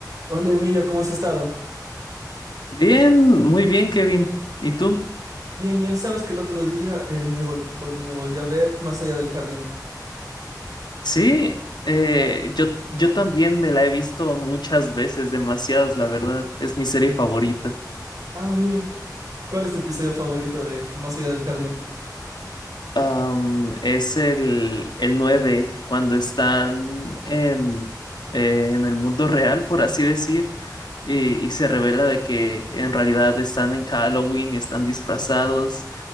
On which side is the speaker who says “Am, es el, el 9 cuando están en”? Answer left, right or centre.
Left